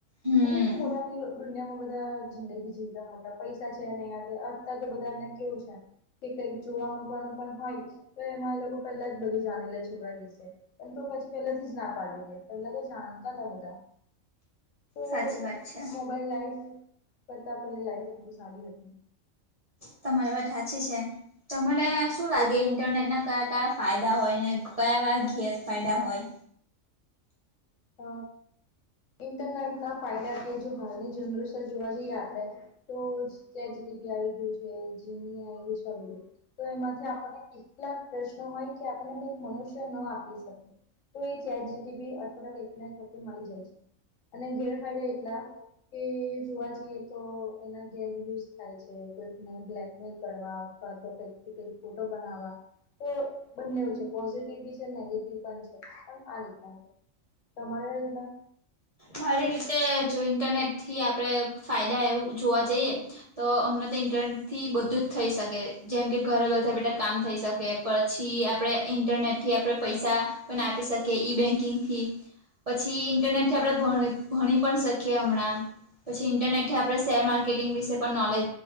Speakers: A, on the right; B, on the left.
A: હમ
B: મતલબ કે પોતાની દુનિયામાં બધા જિંદગી જીવતા ન હતા પૈસ સા છે નઇ અત્યાર તો બધા ને કેવું છે. કે કઈક જોવા મકવાનું પણ હોય તો એમાં એ લોકો પેલા જ બધું જાણી લે છોકરા વિશે. એ તો પછી પહેલાથી જ ના પાડેે પેલા તો જ આનતા હતા બધા. તો
A: સાચી વાત છે
B: મોબાઈલ લાઈફ કરતા પેલા લાઈફ બહુ સારી હતી.
A: તમારી વાત સાચી છે તમને શું લાગે ઇન્ટરનેટ ના કયા કયા ફાયદા હોય ને કયા કયા ઘેરફાયદા હોય.
B: હ ઇન્ટરનેટ ના ફાયદા કે જો હાલની જનરેશન જોવા જઈએ આપણેે. તો ત્યાં ચેટ જીટીપી આવી ગયું છે, જીમીની આવી ગયું છે આ બધું તો એમાંથી આપણને કેટલાક જ પ્રશ્ન હોય કે આપણને કઈક મનુષ્ય ન આપી શકે. તો એ ચેટ જીટીપી અથવા <unintelligible> મળી જાય છે અને ગેરફાયદા એટલા એ જોવા જઈએ તો એના ગેરયુઝ થાય છે કોઈકને બ્લેકમેલ કરવા કા તો કઈક ન કઇક ફોટો બનાવા. તો બંને છે પોઝિટિવ બી છે નેગેટિવ પણ છે પણ આ રીતના હે તમારે <unintelligible> રીત ના.
A: મારી રીતે જો ઇન્ટરનેટથી આપણે ફાયદા એવું જોવા જઈએ. તો અમને તો ઇન્ટરનેટ થી બધું જ થઈ શકે જેમ કે ઘરે બેઠા બેઠા કામ થઈ શકે. પછી આપણે ઇન્ટરનેટ થી આપણે પૈસા પણ આપી શકીએ ઈ-બેન્કિંગ થી. પછી ઇન્ટરનેટ થી આપણે ભણે ભણી પણ શકીએ હમણાં. પછી ઇન્ટરનેટ થી આપણે શેર માર્કેટિંગ વિશે પણ નોલેજ